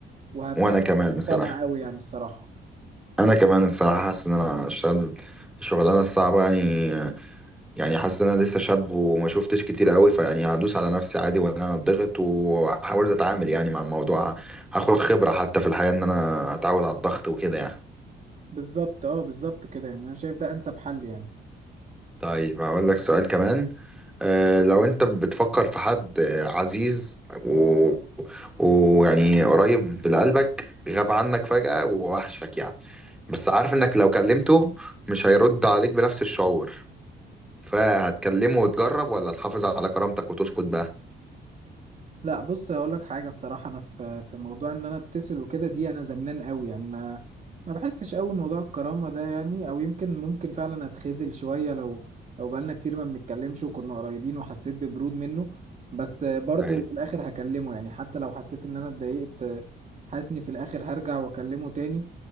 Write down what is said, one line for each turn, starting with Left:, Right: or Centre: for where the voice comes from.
Right: وهبقى
Centre: وانا كمان
Right: مقتنع
Centre: بصراحه
Right: قوي يعني الصراحه
Centre: انا كمان الصراحه حاسس ان انا اشتغل الشغلانه الصعبه يعني يعني حاسس ان انا لسه شاب وما شفتش كتير قوي فيعني هدوس على نفسي عادي وان انا اتضغط وهحاول اتعامل يعني مع الموضوع هاخد خبرة حتى في الحياة ان انا اتعود على الضغط وكده يعني
Right: بالظبط اه بالظبط كده يعني انا شايف ده انسب حل يعني
Centre: طيب هقول لك سؤال كمان آه، لو انت بتفكر في حد آه، عزيز و- ويعني قريب لقلبك غاب عنك فجأة ووحشك يعني بس عارف انك لو كلمته مش هيرد عليك بنفس الشعور فهتكلمه وتجرب ولا تحافظ على كرامتك وتسكت بقى
Right: لا بص اقول لك حاجه الصراحه انا في في موضوع ان انا اتصل وكده دي انا زنان قوي يعني ما ما بحسش قوي موضوع الكرامه ده يعني او يمكن ممكن فعلا اتخذل شويه لو لو بقالنا كتير ما بنتكلمش وكنا قريبين وحسيت ببرود منه بس برضه
Centre: ايوه
Right: في الاخر هكلمه يعني حتى لو حسيت ان انا اتضايقت حاسني في الاخر هرجع واكلمه تاني